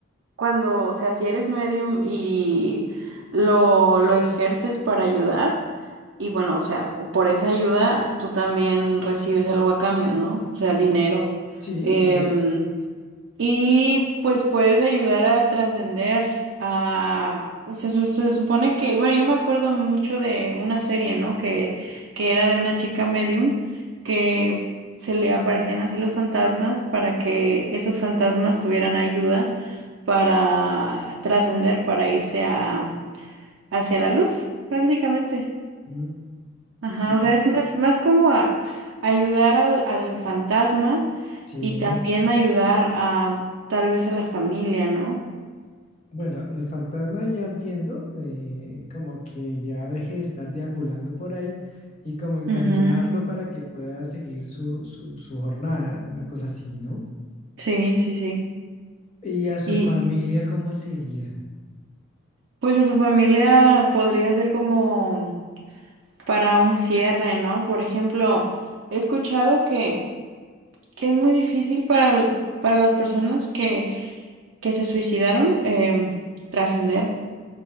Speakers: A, on the right; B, on the left.
A: cuando, o sea, si eres medium y lo, lo ejerces para ayudar, y bueno, o sea, por esa ayuda tú también recibes algo a cambio, ¿no? O sea, dinero.
B: Sí,
A: Em,
B: está bien.
A: Y pues puedes ayudar a trascender a... o sea, su- se, supone que... Bueno, yo me acuerdo mucho de una serie, ¿no? Que, que era de una chica medium que se le aparecían así los fantasmas para que esos fantasmas tuvieran ayuda para trascender, para irse a, hacia la luz, prácticamente.
B: Mm,
A: Ajá,
B: ya,
A: o sea, es más, más como a- ayudar al, al fantasma
B: sí.
A: y también ayudar a tal vez a la familia, ¿no?
B: Bueno, el fantasma ya entiendo, eh, como que ya deje de estar deambulando por ahí y como encaminarlo
A: Ujú,
B: para que pueda seguir su, su, su jornada, una cosa así, ¿no?
A: Sí, sí, sí.
B: Y a su
A: Y
B: familia, ¿cómo sería?
A: pues a su familia podría ser como para un cierre, ¿no? Por ejemplo, he escuchado que, que es muy difícil para, el- para las personas que, que se suicidaron em, trascender.